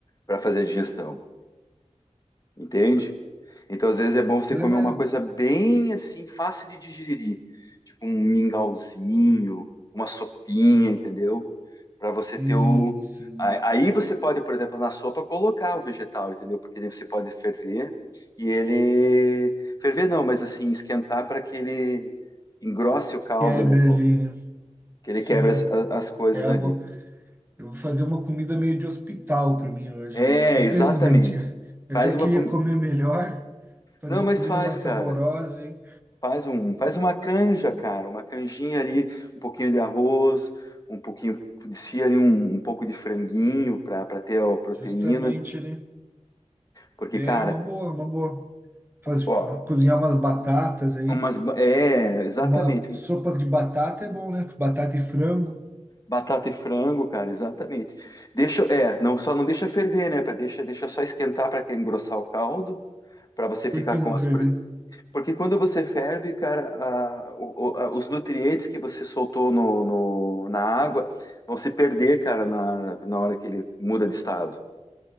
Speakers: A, on the left; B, on the right.
A: para fazer a digestão entende? Então, às vezes é bom
B: O
A: você
B: problema
A: comer uma
B: é.
A: coisa bem assim, fácil de digerir, tipo um mingauzinho, uma sopinha, entendeu? Para você
B: Sim,
A: ter o.
B: sim.
A: a- Aí você pode, por exemplo, na sopa colocar o vegetal, entendeu? Porque daí você pode ferver e ele. Ferver não, mas assim, esquentar para que ele engrosse o caldo,
B: Quebra
A: né? pô?
B: ali, né?
A: Que ele
B: Sim.
A: quebra as, a- as coisas
B: É, eu
A: ali.
B: vou, eu vou fazer uma comida meio de hospital pra mim hoje
A: É,
B: aí. Infelizmente,
A: exatamente.
B: cara. Eu
A: Faz
B: até
A: uma
B: queria
A: comida.
B: comer melhor, fazer
A: Não,
B: uma
A: mas
B: comida
A: faz,
B: mais
A: cara.
B: saborosa, hein?
A: Faz um, faz uma canja, cara, uma canjinha ali, um pouquinho de arroz, um pouquinho, desfia ali um, um pouco de franguinho para ter a proteína,
B: Justamente, né?
A: porque,
B: É
A: cara,
B: uma boa, uma boa. Faz,
A: ó,
B: cozinhar umas batatas aí.
A: umas, ba- é, exatamente,
B: Uma sopa de batata é bom, né? Batata e frango.
A: batata e frango, cara, exatamente. Deixa, é, não só não deixa ferver, né, para deixa, deixa só esquentar para engrossar o caldo, para você ficar
B: Por que
A: com
B: não
A: as
B: ferver?
A: Porque quando você ferve, cara, a- o- o- a- os nutrientes que você soltou no, no- na água vão se perder, cara, na, na hora que ele muda de estado,